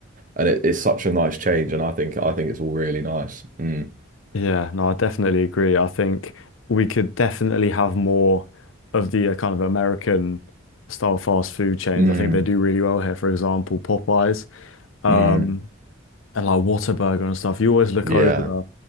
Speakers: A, on the right (about 40°); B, on the left (about 85°).
A: and it, it's such a nice change, and I think I think it's all really nice. Mm,
B: Yeah, no, I definitely agree. I think we could definitely have more of the uh, kind of American style fast food chains.
A: mm,
B: I think they do really well here. For example, Popeyes. Um,
A: mm,
B: and like Whataburger and stuff, you always look
A: yeah.
B: over the